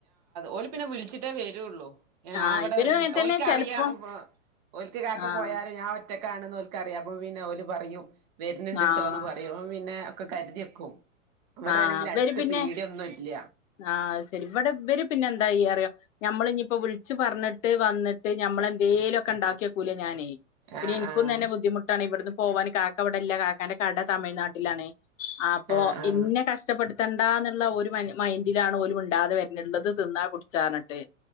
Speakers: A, on the right; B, on the left.
A: ഓല് പിന്നെ വിളിച്ചിട്ടേ വരുള്ളു
B: ആഹ്
A: അവിടെ
B: ഇവരും അങ്ങൻതന്നെ
A: ഓൽക്കറിയാം
B: ചെലപ്പം
A: ഓൽക്ക് ക്കെ കാക്ക
B: ആഹ്
A: പോയാലും ഞാ ഒറ്റക്കാണെന് ഓൽക്കറിയാം അപ്പ പിന്നെ ഓല് പറയും വര്ണണ്ട്ട്ടോന്ന്
B: ആഹ്
A: പറയും അപ്പ പിന്നെ ഒക്കെ കരുതിക്കെ ക്കും വിടെണെങ്കിൽ
B: ആഹ് ഇവര്
A: അടുത്ത്
B: പിന്നെ
A: പീടിയൊന്നുംല്ല
B: ആഹ് ശരി ഇവിടെ ഇവര് പിന്നെ ന്തായ്യാ അറിയോ ഞമ്മൾ ഇഞിപ്പോ വിള് ച്ച് പറഞ്ഞിട്ട് വന്നിട്ട് ഞമ്മളെന്തേലുക്കെ ഉണ്ടാക്കിയോക്കൂല ഞാനേ പിന്നെ
A: ആഹ്
B: ഇൻക്കും
A: ആഹ്
B: തന്നെ ബുദ്ധിമുട്ടാണ് ഇവിടന്ന് പോവാൻ കാക്ക ഇവിടെല്ല കാക്കാന്റെ കട തമിഴ്നാട്ടിലാണ് ആപ്പൊ
A: ആഹ് ആഹ്
B: കഷ്ടപ്പെടുത്തണ്ടാന്നുള്ള ഒരു മൈൻഡിലാണ് പോലും മുണ്ടാതെ വരുന്നത് ള്ളത് തിന്നാ കുട്ച്ചാ ട്ടെ